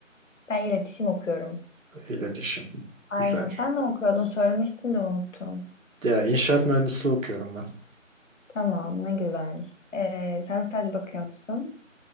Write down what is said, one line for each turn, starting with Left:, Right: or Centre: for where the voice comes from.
Left: Ben iletişim okuyorum.
Right: İletişim.
Left: Aynen.
Right: Güzel.
Left: Sen ne okuyordun? Söylemiştin de unuttum.
Right: Ya inşaat mühendisliği okuyorum
Left: Tamam, ne güzel. Eee, sen staj bakıyor musun?